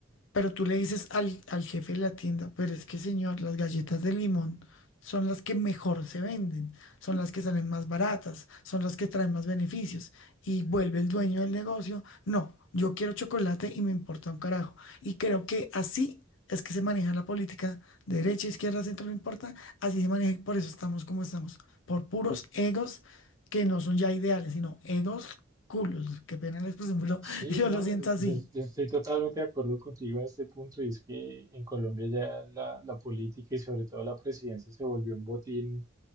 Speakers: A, on the left (about 65°); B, on the right (about 20°).
A: Pero tú le dices al, al jefe de la tienda, pero es que señor, las galletas de limón son las que mejor se venden, son las que salen más baratas, son las que traen más beneficios. Y vuelve el dueño del negocio, no, yo quiero chocolate y me importa un carajo. Y creo que así es que se maneja la política, de derecha, izquierda, centro, no importa, así se maneja y por eso estamos como estamos, por puros egos que no son ya ideales, sino egos culos, qué pena la expresión, pero
B: Sí,
A: <laughs> yo
B: no,
A: lo siento así.
B: yo, yo estoy totalmente de acuerdo contigo en este punto y es que en Colombia ya la, la política y sobre todo la presidencia se volvió un botín